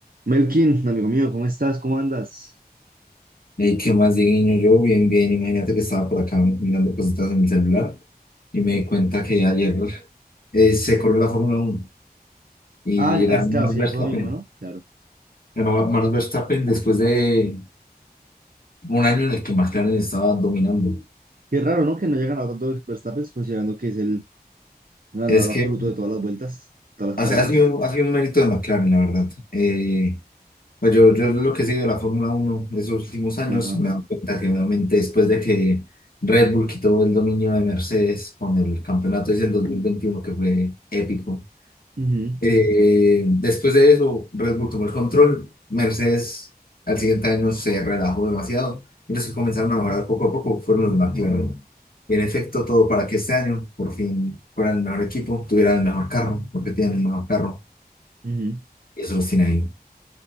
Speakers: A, on the right; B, on the left.
A: Melkin, amigo mío, ¿cómo estás? ¿Cómo andas?
B: Eh, ¿qué más, Dieguiño? Yo bien, bien, imagínate que estaba por acá mirando cositas en mi celular y me di cuenta que ayer eh, se corrió la Fórmula uno y
A: Ah, ya-
B: ganó
A: ah, claro,
B: Max
A: sí,
B: Verstappen.
A: fue domingo, ¿no? Claro.
B: Ganó Max Verstappen después de un año en el que McLaren estaba dominando.
A: Qué raro, ¿no? Que no haya ganado tanto Verstappen, considerando que es el ganador
B: Es que
A: absoluto de todas las vueltas, todas las
B: hace,
A: carreras.
B: ha sido, ha sido un mérito de McLaren, la verdad. Eh, pues yo, yo lo que he seguido de la Fórmula uno esos últimos años
A: Ajá.
B: me he dado cuenta que obviamente después de que Red Bull quitó el dominio de Mercedes con el campeonato ese del 2021 que fue épico
A: Ujú,
B: Eh, después de eso, Red Bull tomó el control. Mercedes al siguiente año se relajó demasiado y los que comenzaron a mejorar poco a poco fueron los McLaren. Y en efecto, todo para que este año por fin fueran el mejor equipo, tuvieran el mejor carro, porque tienen el mejor carro
A: ujú.
B: y eso los tiene ahí.